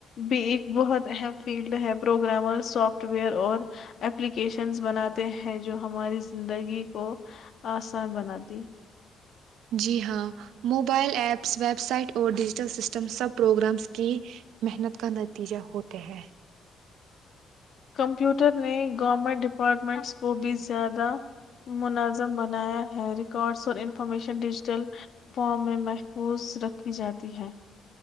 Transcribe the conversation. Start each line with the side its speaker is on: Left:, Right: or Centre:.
Left: بھی ایک بہت اہم فیلڈ ہے پروگرامر سافٹ ویئر اور اپلیکیشنز بناتے ہیں جو ہماری زندگی کو آسان بناتی
Right: جی ہاں موبائل ایپس ویب سائٹ اور ڈیجیٹل سسٹم سب پروگرامس کی محنت کا نتیجہ ہوتے ہیں
Left: کمپیوٹر نے گورنمنٹ ڈپارٹمنٹس کو بھی زیادہ منظم بنایا ہے ریکارڈز اور انفارمیشن ڈیجیٹل فارم میں محفوظ رکھی جاتی ہے